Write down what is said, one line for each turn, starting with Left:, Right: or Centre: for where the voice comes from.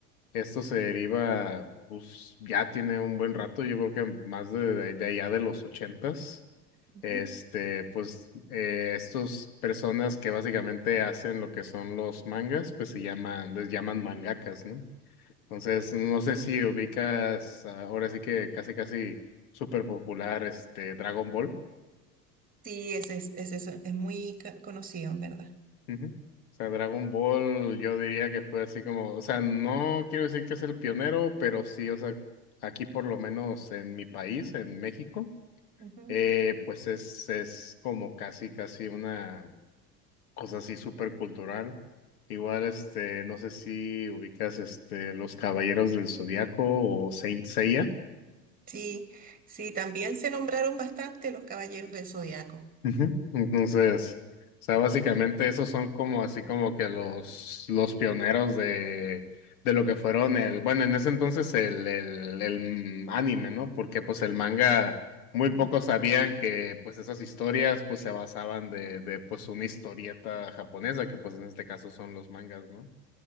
Left: esto se deriva, pues ya tiene un buen rato, yo creo que más de, de- de allá de los ochentas,
Right: Ujú.
Left: este, pues eh, estas personas que básicamente hacen lo que son los mangas, pues se llaman, les llaman mangakas, ¿no? Entonces, no sé si ubicas ah, ahora sí que casi casi súper popular este Dragon Ball.
Right: Sí, ese es, ese es, es muy ca- conocido, en verdad.
Left: Ujú. O sea, Dragon Ball yo diría que fue así como, o sea, no quiero decir que es el pionero, pero sí, o sea, aquí por lo menos en mi país, en México,
Right: Ujú.
Left: eh, pues es, es como casi casi una cosa así súper cultural. Igual, este, no sé si ubicas este Los Caballeros del Zodiaco o Saint Seiya.
Right: Sí, sí, también se nombraron bastante los Caballeros del Zodiaco.
Left: Ujú. Entonces, o sea, básicamente esos son como así como que los, los pioneros de, de lo que fueron el, bueno, en ese entonces el, el, el anime, ¿no? Porque pues el manga, muy pocos
Right: Mm.
Left: sabían que pues esas historias pues se basaban de, de pues una historieta japonesa, que pues en este caso son los mangas, ¿no?